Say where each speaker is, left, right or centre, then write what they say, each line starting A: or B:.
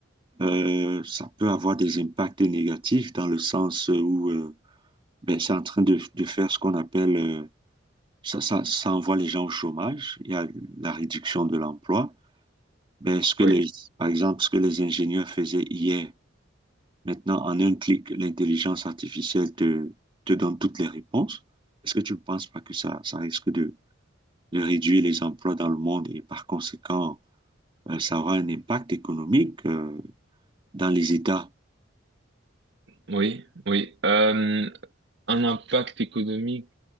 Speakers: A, on the right; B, on the right.
A: euh, ça peut avoir des impacts négatifs dans le sens où euh, ben, c'est en train de, de faire ce qu'on appelle... euh, Ça, ça, ça envoie les gens au chômage. Il y a la réduction de l'emploi. Ben, ce que
B: oui.
A: les, par exemple, ce que les ingénieurs faisaient hier, maintenant, en un clic, l'intelligence artificielle te, te donne toutes les réponses. Est-ce que tu ne penses pas que ça, ça risque de, de réduire les emplois dans le monde et par conséquent, euh, ça aura un impact économique, euh, dans les États?
B: Oui, oui. Euh, un impact économique,